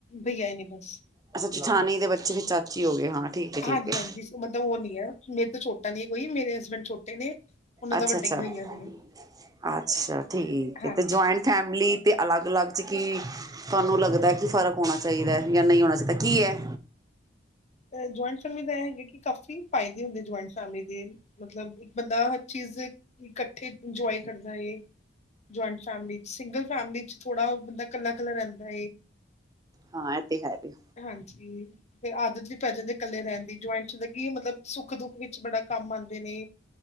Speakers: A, on the left; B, on the right.
A: ਭਈਆ ਨੇ। ਬਸ
B: ਅੱਛਾ ਜਠਾਨੀ ਦੇ ਬੱਚੇ ਫਿਰ ਚਾਚੀ ਹੋ ਗਏ ਹਾਂ ਠੀਕ ਐ
A: ਹਾਂਜੀ
B: ਠੀਕ ਐ।
A: ਹਾਂਜੀ ਮਤਲਬ ਉਹ ਨੀ ਹੈ ਮੇਰੇ ਤਾਂ ਛੋਟਾ ਨ ਕੋਈ ਮੇਰੇ ਹਸਬੈਂਡ ਛੋਟੇ ਨੇ। ਉਹਨਾਂ ਦਾ
B: ਅੱਛਾ
A: ਵੱਡੇ
B: ਅੱਛਾ
A: ਬਈਆ
B: <unintelligible>
A: ਨੇ
B: ਅੱਛਾ ਠੀਕ
A: ਹਾਂਜੀ
B: ਹੈ ਤੇ ਜੁਇੰਟ ਫੈਮਲੀ ਅਤੇ ਅਲੱਗ ਅਲੱਗ 'ਚ ਕੀ ਤੁਹਾਨੂੰ ਲੱਗਦਾ ਕਿ ਫ਼ਰਕ ਹੋਣਾ ਚਾਹੀਦਾ ਹੈ ਜਾਂ ਨਹੀਂ ਹੋਣਾ ਚਾਹੀਦਾ ਕੀ ਐ।
A: <unintelligible> ਜੁਆਇੰਟ ਫੈਮਿਲੀ ਦਾ ਇਹ ਹੈਗਾ ਕਿ ਕਾਫ਼ੀ ਫਾਇਦੇ ਹੁੰਦੇ ਜੁਆਇੰਟ ਫੈਮਿਲੀ ਦੇ ਮਤਲਬ ਇੱਕ ਬੰਦਾ ਚੀਜ਼ ਇਕੱਠੇ ਇੰਜੋਏ ਕਰਦਾ ਹੈ ਜਆਇੰਟ ਫੈਮਲੀ ਚ ਸਿੰਗਲ ਫੈਮਲੀ ਚ ਥੋੜਾ ਬੰਦਾ ਕੱਲਾ ਇਕੱਲਾ ਰਹਿੰਦਾ।
B: ਹਾਂ ਇਹ ਤੇ ਹੈ ਵੀ।
A: ਹਾਂਜੀ ਤੇ ਅੱਜ ਦੀ ਪੈ ਜਾਂਦੇ ਇਕੱਲੇ ਰਹਿਣ ਦੀ ਜੁਆਇੰਟ ਹੁੰਦਾ ਕੀ ਮਤਲਬ ਸੁੱਖ ਦੁੱਖ ਵਿੱਚ ਬੜਾ ਕੰਮ ਆਉਂਦੇ ਨੇ।